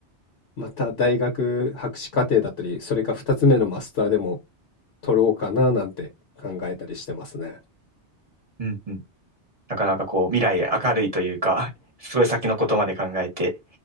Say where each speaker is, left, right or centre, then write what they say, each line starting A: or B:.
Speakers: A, on the left (about 65°); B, on the right (about 35°).
A: また大学博士課程だったり、それか2つ目のマスターでも取ろうかななんて考えたりしてますね。
B: うんうんなかなかこう、未来明るいというか、すごい先のことまで考えて、